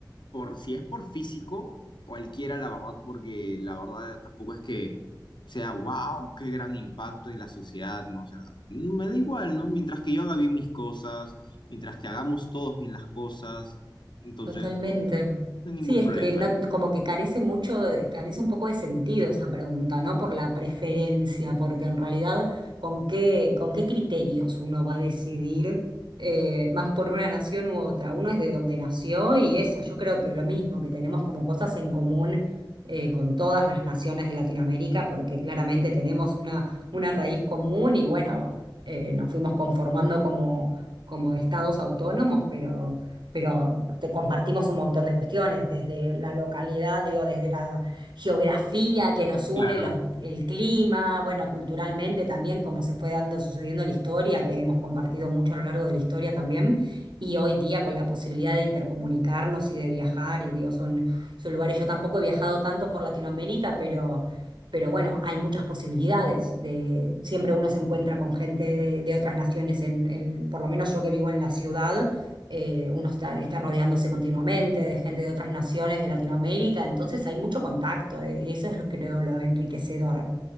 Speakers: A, on the left (about 80°); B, on the right (about 80°).
A: por si es por físico, cualquiera, la verdad, porque la verdad tampoco es que sea, wow, qué gran impacto en la sociedad, ¿no? O sea, me da igual, ¿no? Mientras que yo haga bien mis cosas, mientras que hagamos todos bien las cosas, entonces,
B: Totalmente.
A: no, no hay ningún
B: Sí, es
A: problema.
B: que no-
A: ¿no?
B: como que carece mucho, de- carece un poco de sentido esa pregunta, ¿no? Por la preferencia, porque en realidad, ¿con qué, con qué criterios uno va a decidir eh, más por una nación u otra? Uno es de donde nació y eso, yo creo que lo mismo, que tenemos como cosas en común eh, con todas las naciones de Latinoamérica, porque claramente tenemos una, una raíz común y bueno, eh, nos fuimos conformando como, como estados autónomos, pero pero te compartimos un montón de cuestiones, desde la localidad, digo, desde la geografía que nos une,
A: Claro.
B: los- el clima, bueno, culturalmente también, cómo se fue dando, sucediendo la historia, que hemos compartido mucho a lo largo de la historia también, y hoy día con la posibilidad de intercomunicarnos y de viajar, y digo, son, son lugares, yo tampoco he viajado tanto por Latinoamérica, pero... Pero bueno, hay muchas posibilidades de siempre uno se encuentra con gente de, de otras naciones en, en- por lo menos yo que vivo en la ciudad, eh, uno está, está rodeándose continuamente de gente de otras naciones de Latinoamérica, entonces hay mucho contacto, eh, eso es lo- creo lo enriquecedor.